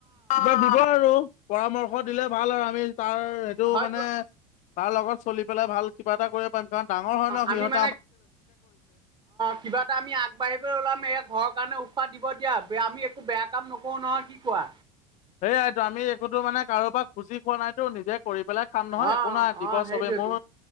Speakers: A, on the left; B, on the right.
A: কিবা দিব আৰু পৰামৰ্শ দিলে ভাল আৰু আমি তাৰ সেইটো
B: হয়তো
A: মানে তাৰ লগত চলি পেলাই ভাল কিবা এটা কৰিব। কাৰণ ডাঙৰ হয় ন
B: আমি
A: সহঁত
B: অ কিবা এটা আমি আগবাঢ়িব ওলাম এই ঘৰৰ কাৰণে উৎসাহ দিব এতিয়া আমি একো বেয়া কাম নকৰো নহয় কি কোৱা?
A: সেইয়াইতো আমি একোতো মানে কাৰোবাক খুজি খোৱা নাইতো নিজে কৰি পেলাই খাম নহয়
B: অ
A: একো নাই দিব
B: অ সেইটোৱেতো
A: চৱে মোৰ